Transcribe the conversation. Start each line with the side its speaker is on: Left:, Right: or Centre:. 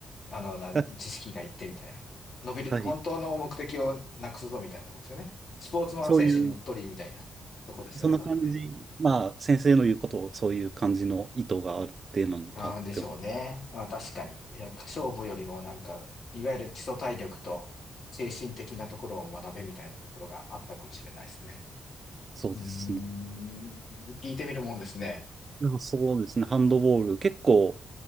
Left: あの、な知識がいってみたいな。
Right: はい
Left: 伸びる、
Right: はい。
Left: 本当の目的をなくすぞみたいなところですよね。スポーツマン選手にうっとりみたいなとこですよね、
Right: そういう、そんな感じ。
Left: 多分ね。
Right: まあ、先生の言うことを、そういう感じの意図があるってなのかって。
Left: ああ、でしょうね。まあ確かに。いや勝負よりもなんか、いわゆる基礎体力と精神的なところを学べみたいなところがあったかもしれないですね。
Right: そうですね。
Left: うーん、聞いてみるもんですね。
Right: でもそうですね。ハンドボール、結構、